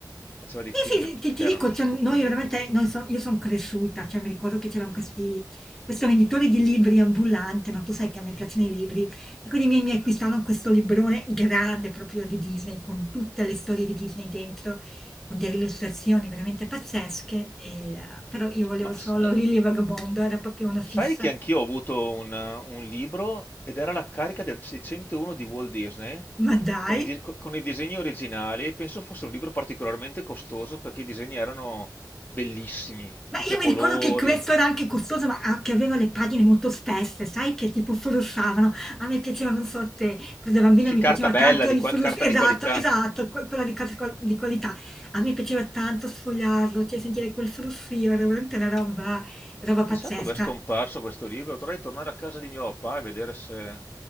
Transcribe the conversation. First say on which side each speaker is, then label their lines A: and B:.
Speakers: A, on the left (about 25°); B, in the centre.
A: faceva dei film
B: Sì, sì, sì, ti, ti
A: che erano
B: dico,
A: stupendi.
B: cioè, noi veramente, noi so- io sono cresciuta, cioè mi ricordo che c'erano questi, questo venditore di libri ambulante, no? Tu sai che a me piacciono i libri, e quindi mi, mi acquistarono questo librone grande proprio di Disney, con tutte le storie di Disney dentro, con delle illustrazioni veramente pazzesche, e il- però io volevo
A: Ma
B: solo
A: sai...
B: Lily e il Vagabondo, era proprio una fissa.
A: Sai che anch'io ho avuto un, un libro ed era la carica del 601 di Walt Disney
B: Ma dai!
A: con i, di- con i disegni originali e penso fosse un libro particolarmente costoso perché i disegni erano bellissimi,
B: Ma
A: tutti
B: io
A: a
B: mi
A: colori.
B: ricordo che questo era anche costoso, ma a che aveva le pagine molto spesse, sai, che tipo flussavano. A me piaceva, non so te, quando da bambina
A: Sì,
B: mi
A: carta
B: piaceva
A: bella,
B: tanto
A: di
B: il
A: qua-
B: flusso,
A: carta
B: esatto,
A: di qualità.
B: esatto, que- quella di, casa qual- di qualità. A me piaceva tanto sfogliarlo, cioè sentire quel flussio, era veramente una roba, roba pazzesca.
A: Chissà dove è scomparso questo libro, dovrei tornare a casa di mio papà e vedere se,